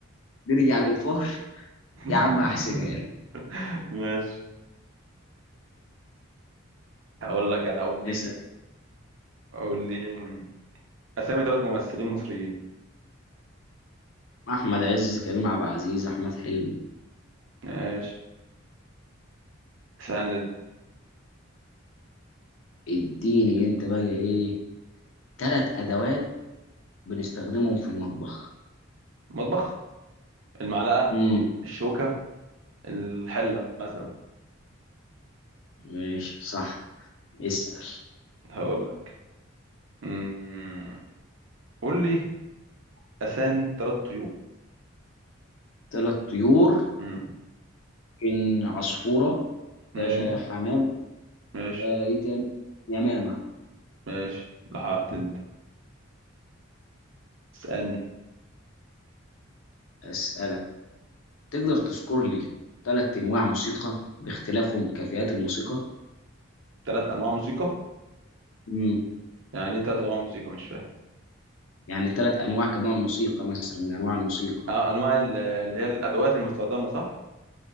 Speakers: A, on the left; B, on the right.
A: نرجع للفار
B: <laughs>
A: يا عم هحسبها لك
B: ماشي هقول لك أنا قول لي
A: اسال
B: قول لي أسامي ثلاث ممثلين مصريين
A: احمد عز كريم عبد العزيز احمد حلمي
B: ماشي سهل جدا
A: اديني انت بقى ايه ثلاث ادوات بنستخدمهم في المطبخ
B: مطبخ المعلقة
A: امم
B: الشوكة الحلة مثلا
A: ماشي صح اسال
B: هقول لك أمم، قول لي أسامي ثلاث طيور
A: ثلاث طيور
B: أمم،
A: ان عصفوره
B: ماشي
A: آه حمام
B: ماشي
A: آه ايه تاني يمامه
B: ماشي لحقت أنت اسألني
A: اسالك تقدر تذكر لي ثلاث انواع موسيقى باختلافهم كفئات الموسيقى
B: ثلاث أنواع موسيقى
A: امم
B: يعني إيه ثلاث أنواع موسيقى مش فاهم
A: يعني ثلاث انواع كمان موسيقى مثلا من انواع الموسيقى
B: اه انواع ال- اللي هي الادوات المستخدمه صح